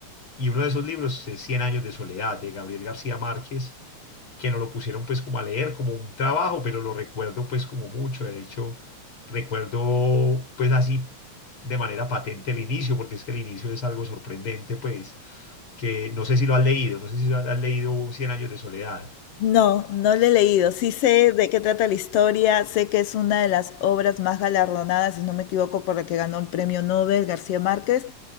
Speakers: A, on the left; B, on the left.
A: Y uno de esos libros es Cien años de soledad de Gabriel García Márquez que nos lo pusieron pues como a leer, como un trabajo, pero lo recuerdo pues como mucho. De hecho, recuerdo pues así de manera patente el inicio, porque es que el inicio es algo sorprendente pues, que no sé si lo has leído, no sé si has leído Cien años de soledad.
B: No, no le he leído. Sí sé de qué trata la historia, sé que es una de las obras más galardonadas, si no me equivoco, por la que ganó el premio Nobel García Márquez,